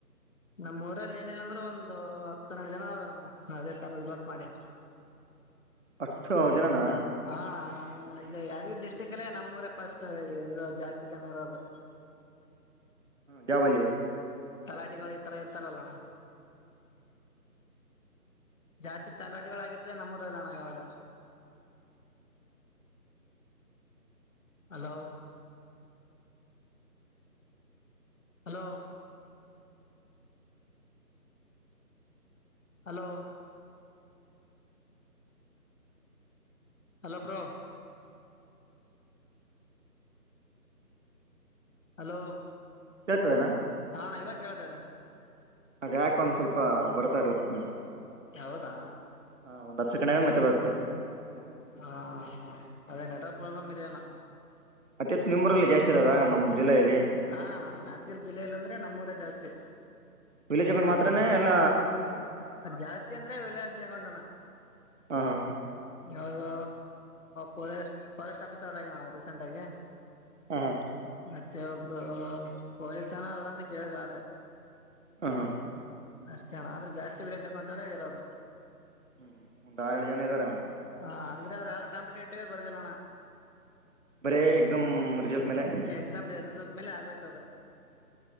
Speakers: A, on the left; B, on the right.
A: ನಮ್ಮ್ ಊರಲ್ಲಿ ಏನಿಲ್ಲ ಅಂದ್ರೆ ಒಂದು ಹತ್ತನ್ನೆರಡು ಜನ ಅವರಣ್ಣ ಅದೇ ತರದ ರಿಸಲ್ಟ್ ಮಾಡಿ
B: ಹತ್ ಒಂಬತ್ ಜನನ
A: ಹಾ ಅಣ್ಣ ನಮ್ ಈಗ ಯಾದಗಿರಿ ಡಿಸ್ಟ್ರಿಕ್ ಅಲ್ಲೇ ನಮ್ಮ್ ಊರೆ ಫಸ್ಟ್ ಇರೋದು ಜಾಸ್ತಿ ಜನ ಇರೋದು
B: ದಾವಲಿ <unintelligible>
A: ತಲಾಟಿಕಗಳು ಈ ತರ ಇರ್ತಾರಲ್ಲಣ್ಣ ಜಾಸ್ತಿ ತಲಾಟೆಗಳಾಗಿರದೆ ನಮ್ಮ ಊರಲ್ಲೋಣ ಇವಾಗ hello hello hello hello bro hello
B: ಕೇಳ್ತದನಾ
A: ಹ ಅಣ್ಣ ಇವಾಗ ಕೇಳ್ತಾದೆ
B: ಅದ ಯಾಕೆ ಒಂದ ಸ್ವಲ್ಪ ಬರ್ತಾ ಇಲ್ಲ ಪಟ್ನು
A: ಹೌದಾ
B: ಹ ಒಂದ್ ಹತ್ತು ಸೆಕೆಂಡ್ ಆದ್ರೆ ಮತ್ತೆ ಬರುತ್ತೆ
A: ಹಾ ಹ ಅದೇ ನೆಟ್ವರ್ಕ್ ಪ್ರಾಬ್ಲಮ್ ಇದೆಯನಾ
B: ಅತಿ ಹೆಚ್ಚು ನಿಮ್ಮರಲ್ಲಿ ಜಾಸ್ತಿ ಇರದ ನಮ್ಮ್ ಜಿಲ್ಲೆಯಲ್ಲಿ
A: ಹಾ ಅಣ್ಣ ನಮ್ ಯಾದಗಿರಿ ಜಿಲ್ಲೆಯಲ್ಲಿ ಅಂದ್ರೆ ನಮ್ಮೂರ ಜಾಸ್ತಿ
B: ವಿಲೇಜ್ ಅಕೌಂಟ್ ಮಾತ್ರ ನೆ ಎಲ್ಲ
A: ಅದ್ ಜಾಸ್ತಿ ಅಂದ್ರೆ ವಿಲೇಜ್ ಅಕೌಂಟ್ ಅಣ್ಣ
B: ಹಾ ಹಾ
A: ಯಾವ್ದು ಫಸ್ಟ್ ಫಾರೆಸ್ಟ್ ಆಫೀಸರ್ ಆಗ್ಯಾನ ಅಣ್ಣ ರೀಸೆಂಟ್ ಆಗಿ
B: ಹಾ ಹಾ
A: ಮತ್ತೆ ಒಬ್ರು ಪೊಲೀಸನ ಅವ್ರಂತ ಕೇಳಿದ್ರು ಆದ್ರೆ
B: ಹಾಂ ಹಾ
A: ಅಷ್ಟ ಅಣ್ಣ ಆದ್ರೆ ಜಾಸ್ತಿ ವಿಲೇಜ್ ಅಕೌಂಟ್ ಅವ್ರೆ ಇರೋದು
B: ಹ್ಮ್ ಹ್ಮ್ ದಯಲು ಏನ್ ಹೇಳಿ ಇದ್ದಾರಣ
A: ಹಾ ಅಂದ್ರೆ ಅವ್ ಯಾರು ಕಾಂಪಿಟೇಟಿವ್ ಬರ್ದಿಲ್ಲಣ
B: ಬರಿ ಎಕ್ಸಾಮ್ ರಿಸಲ್ಟ್ ಮೇಲೆ
A: ಎಕ್ಸಾಮ್ ರಿಸಲ್ಟ್ ಮೇಲೆ ಆಗೋಯ್ತದ